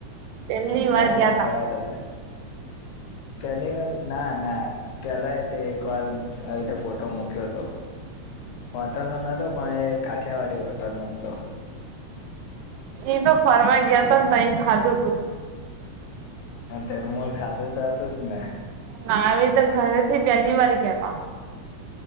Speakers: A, on the right; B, on the left.
A: પહેલી વાર
B: દાળ
A: ગયા
B: ભાત
A: તા
B: ખાવાતા હતા. પહેલી વાર ના ના પેલા એતે એક વાર આવી રીતે ફોટો મુક્યો તો. હોટલનુ નતું પણ એ કાઠિયાવાડી હોટલનો હતો.
A: એ તો ફરવા ગયા તો તય ખાધું તું
B: અને તે મુળ ખાધું હતું તો જ ને
A: ના આવી રીતે ઘરેથી પહેલી વાર ગીયાતા